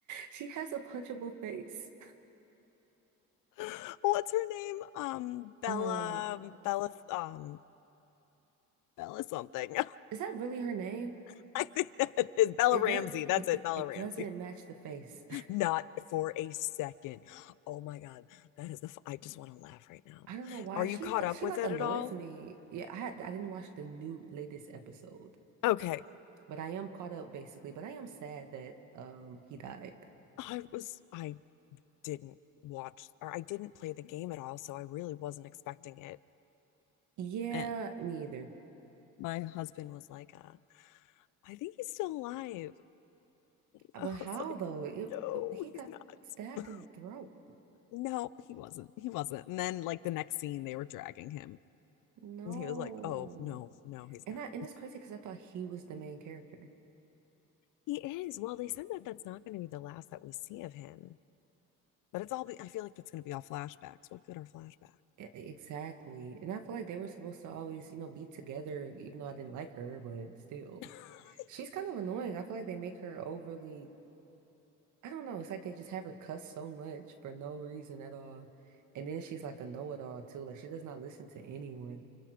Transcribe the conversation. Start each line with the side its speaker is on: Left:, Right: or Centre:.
Right: She has a punchable face.
Left: of- <laughs> What's her name? Um, Bella,
Right: Um,
Left: um, Bella, um, Bella something.
Right: is that really her name?
Left: <laughs> I think that is Bella
Right: It
Left: Ramsey.
Right: does
Left: That's
Right: it
Left: it,
Right: do-
Left: Bella
Right: it
Left: Ramsey.
Right: doesn't match the face.
Left: Not for a second. Oh my God, that is the. F- I just want to laugh right
Right: <laughs>
Left: now.
Right: I don't know why
Left: Are
Right: she
Left: you caught up
Right: she
Left: with
Right: like
Left: it
Right: annoys
Left: at all?
Right: me. Yeah, I had I didn't watch the new latest episode,
Left: Okay,
Right: but I am caught up basically. But I am sad that um he died.
Left: I was. I didn't watch or I didn't play the game at all, so I really wasn't expecting it.
Right: Yeah,
Left: And
Right: me either.
Left: my husband was like, uh, I think he's still alive. <laughs>
Right: But
Left: I
Right: how
Left: was like,
Right: though? It,
Left: no,
Right: it he got
Left: he's not.
Right: stabbed
Left: <laughs>
Right: in the throat.
Left: no, he wasn't. He wasn't. And then, like, the next scene, they were dragging him.
Right: No.
Left: And he was like, oh, no, no, he's
Right: And
Left: not.
Right: I, and it's crazy because I thought he was the main character.
Left: He is. Well, they said that that's not going to be the last that we see of him. But it's all, I feel like that's going to be all flashbacks. What good are flashbacks?
Right: E- Exactly. And I feel like they were supposed to always, you know, be together, even though I didn't like her, but still.
Left: <laughs>
Right: She's kind of annoying. I feel like they make her overly, I don't know, it's like they just have her cuss so much for no reason at all. And then she's like a know-it-all too. Like she does not listen to anyone.